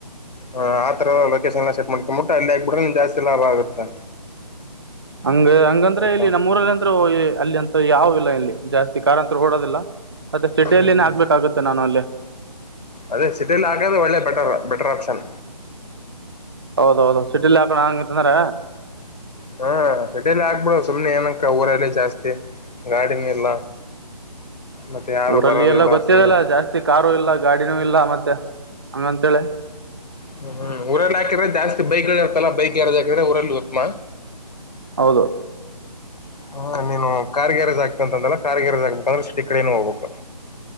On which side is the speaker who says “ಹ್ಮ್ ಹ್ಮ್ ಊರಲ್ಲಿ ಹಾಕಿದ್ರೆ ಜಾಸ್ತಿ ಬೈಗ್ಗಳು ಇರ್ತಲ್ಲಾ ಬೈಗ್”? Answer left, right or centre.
Left